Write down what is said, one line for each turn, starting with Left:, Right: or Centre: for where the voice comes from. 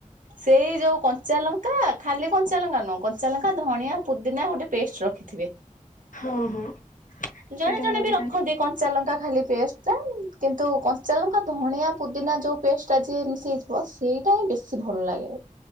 Right: ସେଇ ଯୋଉ କଞ୍ଚା ଲଙ୍କା, ଖାଲି କଞ୍ଚାଲଙ୍କା ନୁହେଁ କଞ୍ଚାଲଙ୍କା, ଧଣିଆ, ପୁଦିନା ଗୋଟେ ପେଷ୍ଟ ରଖିଥିବେ।
Left: ହଁ ହଁ।
Right: ଜଣେ
Left: ସେଇଟାକୁ
Right: ଜଣେ
Left: ରଖିଥାନ୍ତି
Right: ବି ରଖନ୍ତି। କଞ୍ଚାଲଙ୍କା ଖାଲି ପେଷ୍ଟଟା, କିନ୍ତୁ କଞ୍ଚାଲଙ୍କା, ଧଣିଆ, ପୁଦିନା ଯୋଉ ପେଷ୍ଟଟା ଯିଏ ମିଶେଇଥିବ ସେଇଟା ହିଁ ବେଶୀ ଭଲ ଲାଗେ।